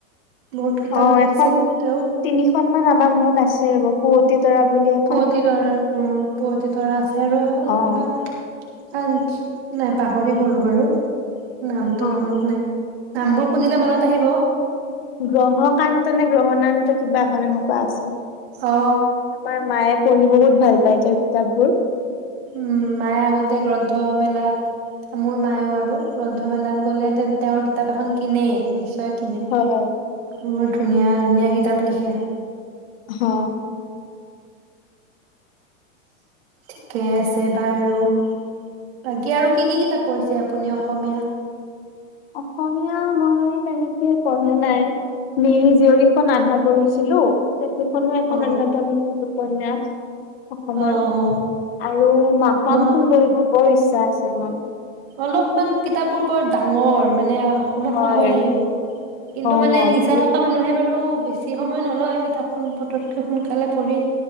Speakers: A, on the right; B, on the left.
A: বহুত কিতাপ
B: অ'
A: লিখিছিল
B: এখন
A: তেওঁ।
B: তিনিখন মান আমাৰ ঘৰত আছে, বও পুৱতি তৰা বুলি এ
A: পুৱতি তৰা, অঁ, পুৱতি তৰা আছে আৰু এখন
B: অ'
A: কিবা আনচ, নাই পাহৰি গ'লোঁ বাৰু। নামটো
B: অ'
A: মনত
B: অ'
A: নাই, নামবোৰ শুনিলে
B: হয়।
A: মনত আহিব।
B: গ্ৰহকান্ত নে, গ্ৰহনান্ত কিবা এখন এনেকুৱা আছিল, তাৰ
A: অ
B: পৰা মায়ে পঢ়ি বহুত ভাল পায়, তেওঁৰ কিতাপ বোৰ।
A: উম, মায়ে আগতে গ্ৰন্থমেলাত মোৰ মায়ো আৰু গ্ৰন্থমেলাত গ'লে তে, তেওঁৰ কিতাপ এখন কিনেই, নিশ্চয় কিনে,
B: হয়।
A: বৰ ধুনীয়া, ধুনীয়া কিতাপ লিখে।
B: হঁ
A: ঠিকে আছে বাৰু বাকী আৰু কি কি কিতাপ পঢ়িছে আপুনি অসমীয়া?
B: অসমীয়া মই তেনেকে পঢ়া নাই। মিৰি জীয়ৰীখন আধা পঢ়িছিলো। তে সেইখনো এখন
A: অ
B: অন্যতম উপন্যাস। অসমৰ
A: অ অ
B: আৰু মাকাম
A: মই
B: খন পঢ়িব বৰ ইচ্ছা আছে মোৰ।
A: অলপ মান কিতাপবোৰ বৰ ডাঙৰ মানে অকমান
B: হয়
A: সময় লাগিব কিন্তু
B: অ',
A: মানে নিচা
B: বহুত
A: থকা মানুহে বাৰু বেছি সময় নলয়, কিতাপখন পতকে সোনকালে পঢ়ি